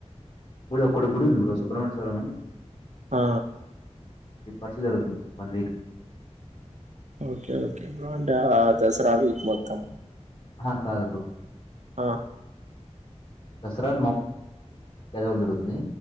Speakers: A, on the left; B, on the right.
A: గుడు ఒక్కడ గుడి ఉంది బ్ర సుబ్రహ్మణ్య స్వరమి అని
B: ఆ
A: ఇ పర్సు జరుగుతుంద వన్ వీక్
B: ఓకే ఓకే బప్పు అంటే ఆ దసరా వీక్ మొత్తం
A: ఆ కాదు గు
B: ఆ
A: దసరా కజవాల్ జరుగుతుంది